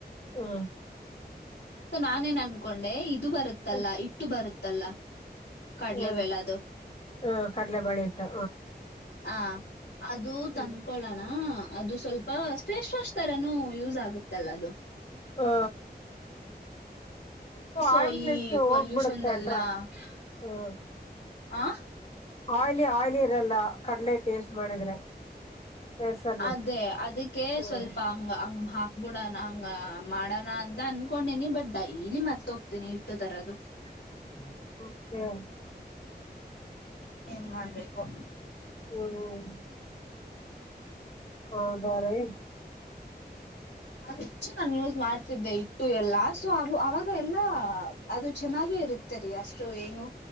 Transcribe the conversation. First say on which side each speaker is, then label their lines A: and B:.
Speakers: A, on the left; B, on the left.
A: ಹಾ.
B: ತ್ತೊ ನಾನೇನ್ ಅನ್ಕೊಂಡೆ ಇದು ಬರುತ್ತಲ್ಲಾ
A: ಹ್ಮ್
B: ಹಿಟ್ಟು ಬರುತ್ತಲ್ಲಾ ಕಡ್ಲೆ
A: ಹ್ಮ್
B: ಬೆಳಾದು <inaudible>
A: ಹ್ಮ್ ಕಡ್ಲೆಬೇಳೆ ಹಿಟ್ಟು
B: ಆ ಅದು
A: ಹ್ಮ್
B: ತಂದ್ಕೊಳೋಣಾ ಅದು ಸ್ವಲ್ಪ ಫೇಸ್ ವಾಶ್ ತರಾನೂ ಯೂಸ್ ಆಗುತ್ತಲ್ಲ ಅದು
A: ಹ್ಮಾ
B: ಸೊ
A: ಆಯಿಲ್ನೆಸ್
B: ಈ ಪೊಲ್ಯೂಷನ್
A: ಹೋಗ್ಬಿಡುತ್ತೆ
B: ಎಲ್ಲಾ
A: ಡ್ರ ಹ್ಮ್
B: <inaudible> ಆ
A: ಆಯ್ಲಿ ಆಯ್ಲಿ ಇರಲ್ಲ ಕಡಲೆ ಹಿಟ್ಟ ಯೇಸ್ಟ್ ಮಾಡಿದ್ರೆ. ಫೇಸ್ ಅಲ್ಲಿ
B: ಅದೇ ಅದಿಕ್ಕೆ
A: ಹ್ಮ್
B: ಸ್ವಲ್ಪಾ ಅಂಗ ಹಂಗ ಹಾಕ್ಬುಡಣಾ ಹಂಗ ಮಾಡೋಣಾ ಅಂತ ಅನ್ಕೊಂಡನಿ ಬಟ್ ಡೈಲಿ ಮರ್ತೊ ತ್ತಿನಿ ಹಿಟ್ಟ ತರದು
A: <unintelligible>
B: ಏನ್ ಮಾಡ್ಬೇಕೊ
A: <unintelligible> ಹೌದಾ ರೀ
B: ಅಚ್ಚೂ ನಾನು ಯೂಸ್ ಮಾಡ್ತಿದ್ದೆ ಹಿಟ್ಟು ಎಲ್ಲಾ ಸೊ ಅದು ಅವಾಗ ಈಗ ಎಲ್ಲಾ ಅದು ಚೆನ್ನಾಗೆ ಇರತ್ತೆರಿ ಅಷ್ಟು ಏನು